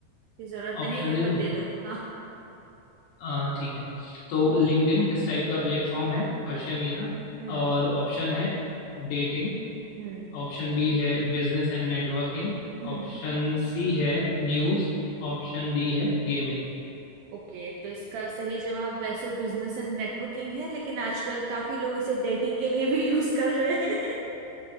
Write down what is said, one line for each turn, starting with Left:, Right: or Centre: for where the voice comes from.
Right: की जरूरत नहीं
Left: ऑप्शन
Right: है
Left: दे
Right: पर
Left: दूं
Right: दे दो हाँ
Left: आ, ठीक है तो लिंक्डइन किस टाइप का प्लेटफॉर्म है क्वेश्चन ये था
Right: हम्म
Left: और ऑप्शन है डेटिंग
Right: हम्म
Left: ऑप्शन बी है business and networking
Right: हम्म
Left: option C है न्यूज़ ऑप्शन डी है गेमिंग
Right: ओके तो इसका सही जवाब वैसे बिजनेस एंड नेटवर्किंग है लेकिन आजकल काफी लोग इसे डेटिंग के लिए भी <laughs> यूज कर रहे हैं <laughs>